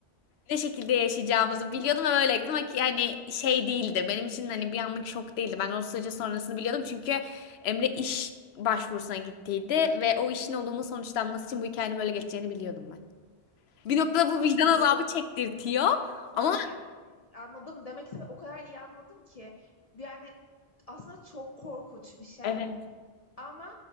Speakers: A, on the left (about 75°); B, on the left (about 40°).
A: ne şekilde yaşayacağımızı biliyordum ve böyle gittim ama ki hani şey değildi. Benim için hani bir anlık şok değildi. Ben o sürecin sonrasını biliyordum çünkü Emre iş başvurusuna gittiydi ve o işin olumlu sonuçlanması için bu hikayenin böyle geçeceğini biliyordum ben. Bir noktada bu
B: A-
A: vicdan
B: Bu,
A: azabı çektirtiyor ama
B: hayır. Anladım. Demek ki o kadar iyi anladım ki. Yani aslında çok korkunç bir şey.
A: Evet,
B: Ama